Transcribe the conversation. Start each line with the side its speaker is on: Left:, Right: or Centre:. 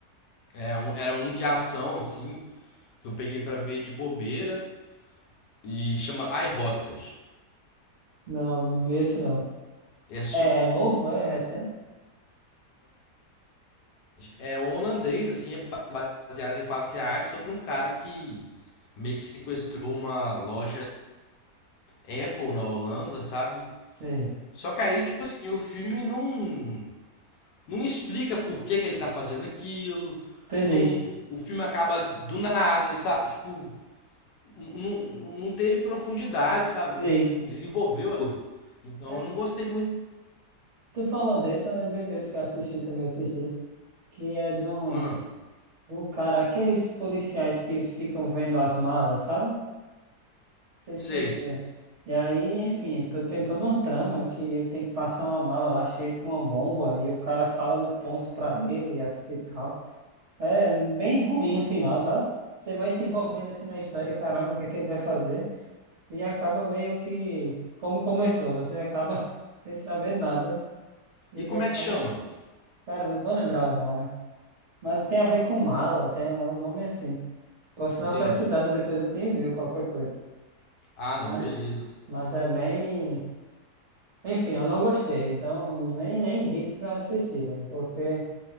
Left: é um- era um de ação assim, que eu peguei pra ver de bobeira e chama I Hostage.
Right: Não, não, esse não.
Left: É sobre
Right: É, é novo? É recente?
Left: é um holandês assim, é baseada em fatos reais sobre um cara que meio que sequestrou uma loja Apple na Holanda, sabe?
Right: Sei.
Left: Só que aí, tipo assim, o filme não não explica por que que ele tá fazendo aquilo.
Right: Entendi,
Left: Não, o filme acaba do nada, sabe? Tipo, não, não teve profundidade, sabe?
Right: entendi.
Left: Não, não desenvolveu a coisa. Então
Right: É,
Left: eu não gostei muito.
Right: tu falou desse, eu lembrei de outro que eu assisti também esses dias, que é de um,
Left: Hum,
Right: de um cara, aqueles policiais que ficam vendo as malas, sabe? sei
Left: sei.
Right: se você viu. E aí, enfim, to- tem toda uma trama que ele tem que passar uma mala lá cheia com uma bomba e o cara fala no ponto pra ele e assim e tal. É bem ruim o final, sabe? Você vai se envolvendo assim na história, caramba, o que é que ele vai fazer? E acaba meio que como começou, você acaba <laughs> sem saber nada e
Left: E como
Right: acaba.
Left: é que chama?
Right: Cara, não vou lembrar o nome, mas tem a ver com mala, tem é um nome assim. Posso dar
Left: Entendi.
Right: uma pesquisada depois eu te envio qualquer coisa.
Left: Ah,
Right: Mas,
Left: não, beleza.
Right: mas é bem. Enfim, eu não gostei, então nem, nem indico pra assistir, né, porque